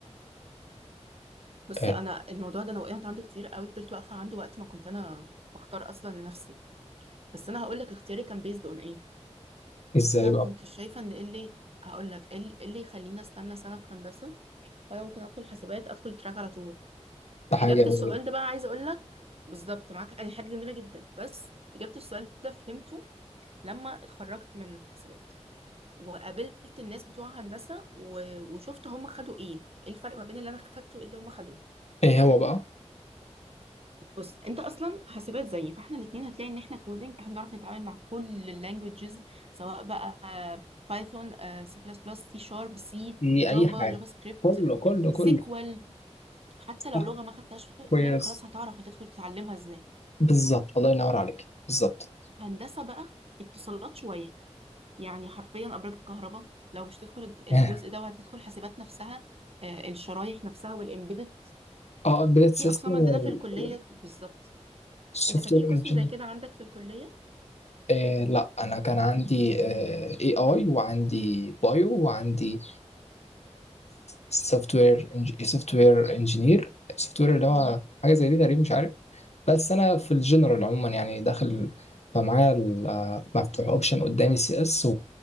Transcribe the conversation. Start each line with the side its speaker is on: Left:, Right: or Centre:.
Right: بص
Left: آه،
Right: انا الموضوع ده انا وقعت عنده كتير قوي فضلت واقفه عنده وقت ما كنت انا بختار اصلا لنفسي بس انا هقول لك اختياري كان بيزد اون ايه
Left: ازاي
Right: انا
Left: بقى
Right: كنت شايفه ان إيه اللي هقول لك إيه اللي إيه اللي يخليني استنى سنه في هندسه وانا ممكن ادخل حسابات ادخل تراك على طول
Left: ده حاجه
Right: اجابه
Left: جميله
Right: السؤال
Left: جدا
Right: ده بقى عايزه اقول لك بالظبط معاك أي حاجه جميله جدا بس اجابه السؤال ده فهمته لما اتخرجت من حسابات وقابلت الناس بتوع هندسه و... وشفت هم خدوا ايه ايه الفرق ما بين اللي انا خدته وايه اللي هم خدوه
Left: ايه هو بقى
Right: بص انت اصلا حاسبات زيي فاحنا الاثنين هتلاقي ان احنا كودنج احنا بنعرف نتعامل مع كل اللانجوجز سواء بقى بايثون سي بلس بلس سي شارب سي
Left: في
Right: جافا
Left: اي حاجه
Right: جافا سكريبت
Left: كله كله كله
Right: سيكوال حتى لو
Left: صح
Right: لغه ما خدتهاش في الكليه
Left: كويس
Right: انت خلاص هتعرف هتدخل تتعلمها ازاي
Left: بالظبط الله ينور عليك بالظبط
Right: هندسه بقى اتصالات شويه يعني حرفيا ابراج الكهرباء لو مش تدخل الج- الجزء
Left: <laughs>
Right: ده وهتدخل حاسبات نفسها آه، الشرايح نفسها والامبيدد
Left: اه امبيدد
Right: في
Left: سيستم
Right: اقسام
Left: والسوفت
Right: عندنا في الكليه بالظبط
Left: وير
Right: انت كان في قسم زي كده عندك في الكليه
Left: إيه لا انا كان عندي اي اي وعندي بايو وعندي سوفت وير سوفت وير انجينير سوفت وير اللي هو
Right: مم.
Left: حاجه زي دي تقريبا مش عارف بس انا في الجنرال عموما يعني داخل فمعايا ال- آه، مفتوح اوبشن قدامي سي اس